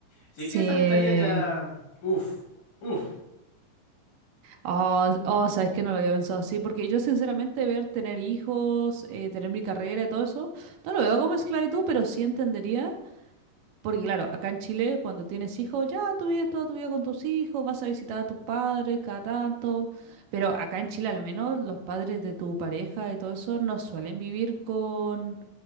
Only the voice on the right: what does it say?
Sí.
Oh, oh, sabes que no lo había pensado así, porque yo sinceramente ver tener hijos, eh, tener mi carrera y todo eso, no lo veo como esclavitud, pero sí entendería. Porque claro, acá en Chile, cuando tienes hijos, ya tú vives toda tu vida con tus hijos, vas a visitar a tus padres cada tanto, pero acá en Chile al menos los padres de tu pareja y todo eso no suelen vivir con,